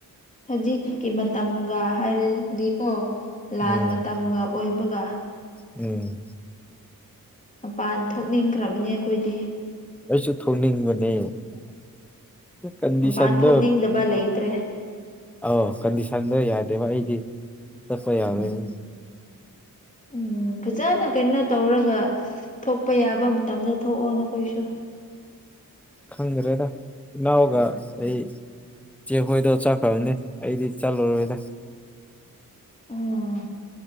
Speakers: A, on the left; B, in the centre.
A: ꯍꯧꯖꯤꯛꯀꯤ ꯃꯇꯝꯒ ꯍꯥꯏꯔꯗꯤꯀꯣ ꯂꯥꯟ
B: ꯎꯝ
A: ꯃꯇꯝꯒ ꯑꯣꯏꯕꯒ
B: ꯎꯝ
A: ꯃꯄꯥꯟ ꯊꯣꯛꯅꯤꯡꯈ꯭ꯔꯕꯅꯤ ꯑꯩꯈꯣꯏꯗꯤ
B: ꯑꯩꯁꯨ ꯊꯣꯛꯅꯤꯡꯕꯅꯦ ꯀꯟꯗꯤꯁꯟꯗꯣ
A: ꯃꯄꯥꯟ ꯊꯣꯛꯅꯤꯡꯗꯕ ꯂꯩꯇ꯭ꯔꯦ
B: ꯑꯣ ꯀꯟꯗꯤꯁꯟꯗꯣ ꯌꯥꯗꯦꯕ ꯑꯩꯗꯤ ꯆꯠꯄ ꯌꯥꯔꯣꯏꯅꯦ
A: ꯎꯝ ꯎꯝ ꯐꯖꯅ ꯀꯩꯅꯣ ꯇꯧꯔꯒ ꯊꯣꯛꯄ ꯌꯥꯕ ꯃꯇꯝꯗ ꯊꯣꯛꯑꯣ ꯅꯈꯣꯏꯁꯨ
B: ꯈꯪꯗ꯭ꯔꯦꯗ ꯏꯅꯥꯎꯒ ꯑꯩ ꯏꯆꯦ ꯍꯣꯏꯗꯣ ꯆꯠꯈ꯭ꯔꯕꯅꯦ ꯑꯩꯗꯤ ꯆꯠꯂꯔꯣꯏꯗ
A: ꯎꯝ